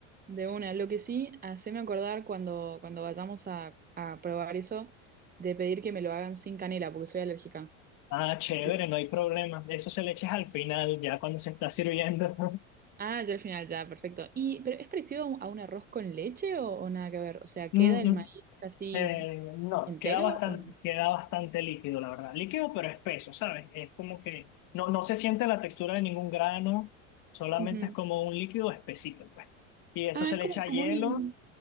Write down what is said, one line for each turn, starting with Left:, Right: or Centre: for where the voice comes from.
Right: de una. Lo que sí, haceme acordar cuando, cuando vayamos a, a probar eso, de pedir que me lo hagan sin canela, porque soy alérgica.
Left: Ah, chévere,
Right: Sí.
Left: no hay problema. Eso se le echas al final, ya cuando se está sirviendo. <laughs>
Right: Ah, ya al final, ya, perfecto. Y, pero ¿es parecido a un, a un arroz con leche o, o nada que ver? O sea,
Left: Mm,
Right: ¿queda el
Left: mm,
Right: maíz así
Left: eh, no,
Right: entero
Left: queda bastante,
Right: o no?
Left: queda bastante líquido, la verdad. Líquido pero espeso, ¿sabes? Es como que no, no se siente la textura de ningún grano, solamente
Right: Ujú.
Left: es como un líquido espesito, pues. Y eso
Right: Ah,
Left: se
Right: es
Left: le
Right: como,
Left: echa
Right: como
Left: hielo.
Right: un